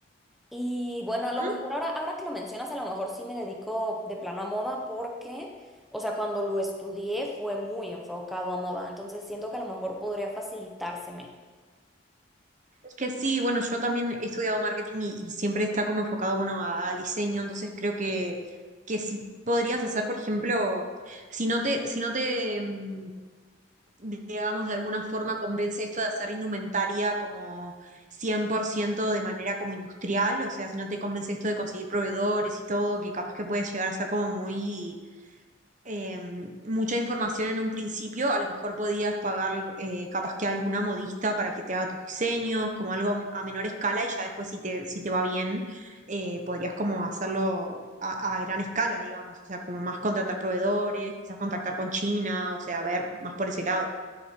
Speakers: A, in the centre; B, on the right.
A: Y bueno,
B: Ujú.
A: a lo mejor ahora, ahora que lo mencionas, a lo mejor sí me dedico de plano a moda porque, o sea, cuando lo estudié fue muy enfocado a moda, entonces siento que a lo mejor podría facilitárseme.
B: Es que sí, bueno, yo también he estudiado marketing y, y siempre está como enfocado, bueno, a- al diseño, entonces creo que, que sí podrías hacer, por ejemplo, si no te, si no te, mm, digamos, de alguna forma convence esto de hacer indumentaria como 100% de manera como industrial, o sea, si no te convence esto de conseguir proveedores y todo, que capaz que puedes llegar a ser como muy, eh, mucha información en un principio, a lo mejor podías pagar eh, capaz que a alguna modista para que te haga tus diseños, como algo a menor escala y ya después si te, si te va bien, eh, podrías como hacerlo. A, a gran escala, digamos, o sea, como más contratar proveedores, quizás contactar con China, o sea, ver más por ese lado.